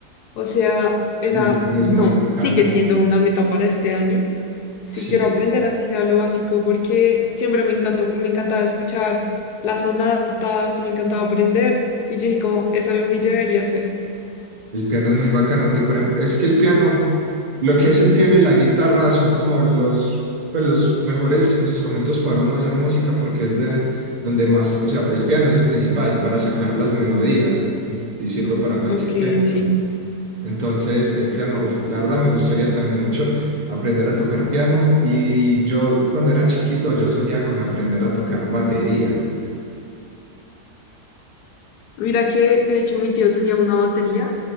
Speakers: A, on the left (about 75°); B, on the right (about 30°).
A: O sea, era,
B: Uy, pero
A: no,
B: es muy bacano.
A: sigue siendo una meta para este año. Si
B: Sí.
A: quiero aprender, así sea lo básico, porque siempre me encantó y me encantaba escuchar las sonatas, me encantaba aprender. Y yo dije como, es algo que yo debería hacer.
B: El piano es muy bacano. Y por ejemplo, es que el piano, lo que es el piano y la guitarra son como los, pues, los mejores instrumentos para uno hacer música porque es de donde más, o sea, el piano es el principal para sacar las melodías y sirve para cualquier
A: Ok,
B: género.
A: sí.
B: Entonces, el piano, uf, la verdad me gustaría también mucho aprender a tocar piano y yo cuando era chiquito yo soñaba con aprender a tocar batería.
A: Mira que, de hecho, mi tío tenía una batería